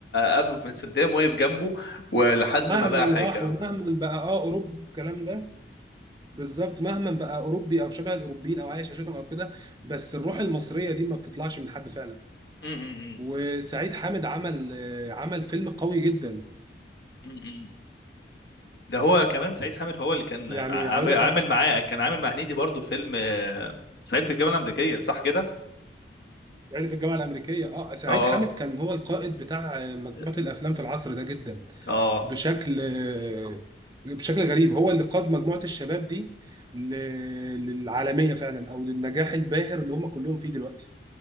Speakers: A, on the left; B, on the right.
A: قابله في امستردام وقف جنبه ولحد
B: مهما
A: ما بقى حاجه
B: راح ومهما بقى اه اوروبي الكلام ده بالظبط مهما بقى اوروبي او شبه الاوروبيين او عايش عشتهم او كده بس الروح المصريه دي ما بتطلعش من حد فعلا
A: مم، مم، مم.
B: وسعيد حامد عمل آه، عمل فيلم قوي جدا
A: مم، مم. ده هو كمان سعيد حامد هو اللي كان
B: يعني
A: مع...
B: هقول
A: عامل
B: لك
A: عامل
B: على حاجه
A: معاه كان عامل مع هنيدي برضو فيلم آه، صعيدي في الجامعه الامريكيه صح كده
B: يعني في الجامعه الامريكيه اه سعيد
A: اه
B: حامد كان هو القائد بتاع آه، مجموعه
A: اه
B: الافلام في العصر ده جدا
A: آه،
B: بشكل آه، بشكل غريب هو اللي قاد مجموعة الشباب دي ل- للعالمية فعلا أو للنجاح الباهر اللي هم كلهم فيه دلوقتي